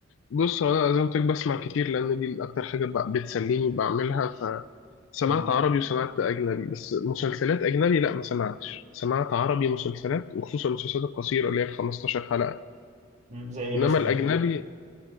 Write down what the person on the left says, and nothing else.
بص هو أنا زي ما قلت لك بسمع كتير لأن دي أكتر حاجة ب- بتسليني وبعملها فسمعت
عربي وسمعت أجنبي بس مسلسلات أجنبي لا ما سمعتش سمعت عربي مسلسلات وخصوصا المسلسلات القصيرة اللي هي ال 15 حلقة
إنما
الأجنبي